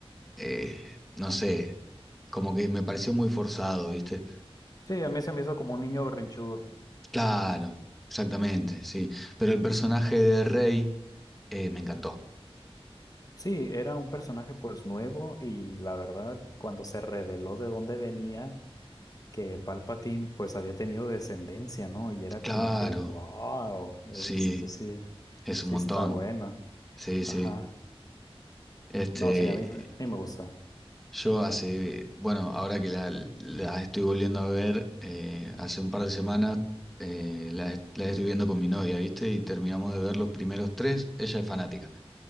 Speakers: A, in the centre; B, on the left.
A: eh, no sé, como que me pareció muy forzado, ¿viste?
B: Sí, a mí se me hizo como un niño berrinchudo.
A: Claro, exactamente, sí. Pero el personaje de Rey eh, me encantó.
B: Sí, era un personaje pues nuevo y la verdad, cuando se reveló de dónde venía, que Palpatine pues había tenido descendencia, ¿no? Y era
A: Claro,
B: como que, wow, esto
A: sí,
B: sí, es-
A: es
B: sí
A: un montón.
B: está bueno.
A: Sí,
B: Ajá.
A: sí. Este,
B: No, sí, a mí, me- a mí me gusta.
A: yo hace, bueno, ahora que la, la estoy volviendo a ver, eh, hace un par de semanas eh, la, est- la estoy viendo con mi novia, ¿viste? Y terminamos de ver los primeros tres. Ella es fanática.